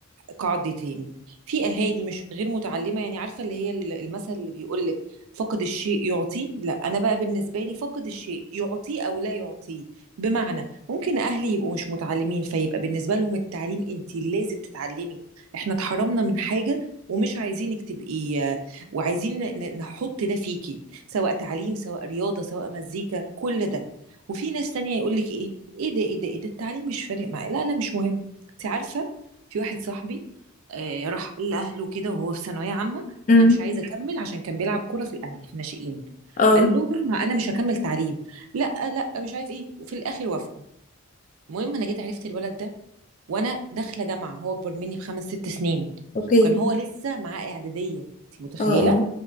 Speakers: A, on the right; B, on the left.
A: قاعدتين في اهالي مش غير متعلمه يعني عارفه اللي هي ال- المثل اللي بيقول لك فقد الشيء يعطيه لا انا بقى بالنسبه لي فقد الشيء يعطيه او لا يعطيه بمعنى ممكن اهلي يبقوا مش متعلمين فيبقى بالنسبه لهم التعليم انت لازم تتعلمي احنا اتحرمنا من حاجه ومش عايزينك تبقي وعايزين ن- نحط ده فيكي سواء تعليم سواء رياضه سواء مزيكا كل ده وفي ناس تانية يقول لك ايه ايه ده ايه ده ايه ده التعليم مش فارق معايا لا لا مش مهم انت عارفه في واحد صاحبي آه، راح قال لأهله كده وهو في ثانوية عامة
B: امم
A: أنا مش عايز أكمل عشان كان بيلعب كورة في الأهلي في ناشئين
B: اه
A: قال لهم أنا مش هكمل تعليم لا لا مش عارف إيه وفي الآخر وافقوا المهم أنا جيت عرفت الولد ده وأنا داخلة جامعة هو أكبر مني بخمس ست سنين
B: اوكي
A: كان هو لسه معاه إعدادية أنت متخيلة
B: اه اه